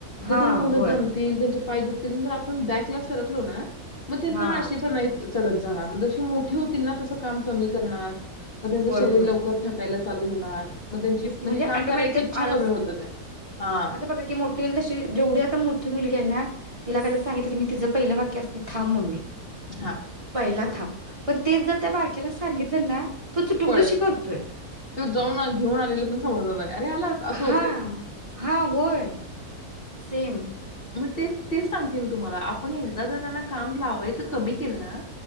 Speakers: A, on the left (about 40°); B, on the right (about 25°).
A: नाही
B: हा
A: तर मुलं
B: होय
A: दमतील पाय दुखतील नाही तर आपण बॅकलाच सरकलो ना. मग त्यांना
B: हा
A: आळशी पणा यायचं. चढत जाणार म जशी मोठी होतील ना तस काम कमी करणार. म त्यांचं
B: होय
A: शरीर
B: होय
A: लवकर थकायलाचं. चालू होणार. मग त्यांची
B: तेच की म्हणजे
A: काम
B: ऑटोमॅटिकच
A: करायची इच्छा
B: आळस
A: कमी होत त्या हा
B: आता बघा की मोठी तशी जेवढी आता मोठी मोठी मुलगी आहे ना तिला काय तर सांगितल कणी तिचं पहिलं वाक्य असतय थांब मम्मे
A: हा
B: पहिला थांब. पण तेच जर त्या बारक्याला सा सांगितलं ना तो चुटुकदुशी
A: पळत
B: करतोय
A: तो जाऊन घेऊन आलेल पण समजल नाही, अरे आलास असं
B: हा
A: होतय.
B: हा होय सेम.
A: तेच-तेच सांगते मी तुम्हाला आपण एकदा जर त्यांना काम लावायचं कमी केलं ना,